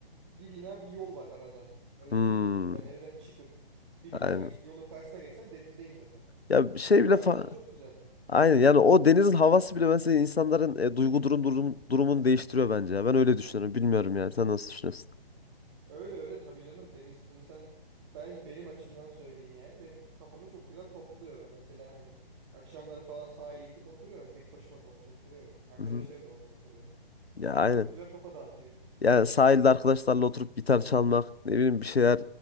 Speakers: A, on the right; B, on the left.
A: bir bina bir yol var arada. Öyle
B: Hmm.
A: söyleyeyim yani. Ben evden çıkıp bir
B: Aynen.
A: bina geçip yolun karşısına geçsem denizdeyim zaten.
B: Ya bir şey
A: O
B: bile
A: yandan
B: fa-
A: çok güzel.
B: Aynen yani o denizin havası bile mesela insanların e, duygu durum, durum durumunu değiştiriyor bence ya. Ben öyle düşünüyorum. Bilmiyorum yani. Sen nasıl düşünüyorsun?
A: Öyle öyle tabii canım deniz insan ben benim açımdan söyleyeyim yani benim kafamı çok güzel topluyor ben mesela hani akşamları falan sahile gidip oturuyorum tek başıma da olsa oturuyorum arkadaşlarım
B: Hı hı.
A: da olsa oturuyorum.
B: Ya aynen.
A: Yani çok güzel kafa dağıtıyor.
B: Yani sahilde arkadaşlarla oturup gitar çalmak, ne bileyim bir şeyler